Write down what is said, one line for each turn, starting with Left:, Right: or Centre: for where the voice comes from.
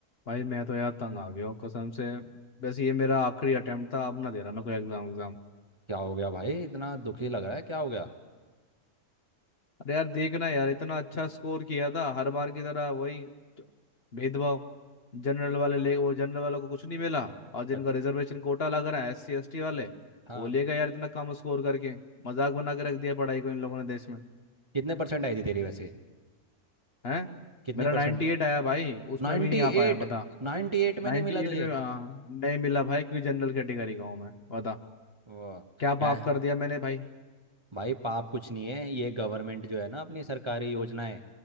Left: भाई मैं तो यार तंग आ गया हूँ कसम से बस ये मेरा आखिरी अटेम्प्ट था अब ना दे रहा मैं कोई एग्जाम एग्जाम
Right: क्या हो गया भाई इतना दुखी लग रहा है क्या हो गया
Left: अरे यार देखना यार इतना अच्छा स्कोर किया था हर बार की तरह वही च- भेदभाव जनरल वाले ले वो जनरल वालों को कुछ नहीं मिला और जिनका
Right: अ-
Left: रिजर्वेशन कोटा लग रहा है एस सी एस टी वाले
Right: हाँ
Left: वो ले गए यार इतना कम स्कोर करके मजाक बना के रख दिया पढ़ाई को इन लोगों ने देश में
Right: कितने परसेंट आई थी तेरी वैसे
Left: है
Right: कितने
Left: मेरा नाइन्टी
Right: परसेंट
Left: एट आया भाई उसमें
Right: नाइन्टी
Left: भी नहीं आ
Right: एट
Left: पाया बता
Right: नाइन्टी एट में
Left: नाइन्टी
Right: नहीं मिला
Left: एट
Right: तुझे
Left: में आ, नहीं मिला भाई क्योंकि जनरल कैटेगरी का हूँ मैं बता
Right: वाह
Left: क्या
Right: ऐ-
Left: पाप कर दिया मैंने भाई
Right: भाई पाप कुछ नहीं है ये गवर्नमेंट जो है ना अपनी सरकारी योजनाएं